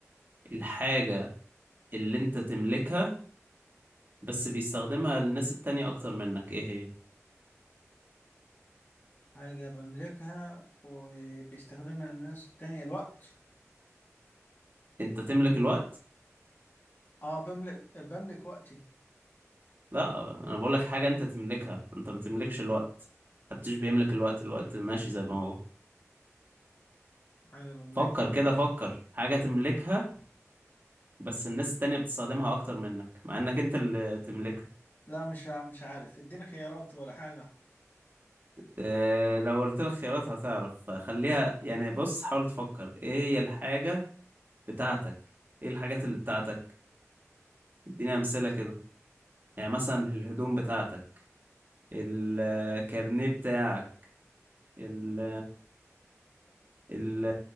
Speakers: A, on the right (about 40°); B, on the left (about 40°).
A: الحاجة اللي انت تملكها بس بيستخدمها الناس التانية اكتر منك ايه هي
B: حاجة بملكها وبيستخدمها الناس التانية الوقت
A: انت تملك الوقت
B: آه بملك بملك وقتي
A: لا انا بقولك حاجة انت تملكها انت ما تملكش الوقت محدش بيملك الوقت الوقت ماشي زي ما هو
B: حاجة بملكها
A: فكر كده فكر حاجة تملكها بس الناس التانية بتستخدمها أكتر منك مع إنك أنت اللي تملكها
B: لا مش مش عارف اديني خيارات ولا حاجة
A: آه، لو قلت لك خيارات هتعرف خليها يعني بص حاول تفكر إيه هي الحاجة بتاعتك إيه الحاجات اللي بتاعتك اديني أمثلة كده يعني مثلا الهدوم بتاعتك الكارنيه بتاعك ال ال-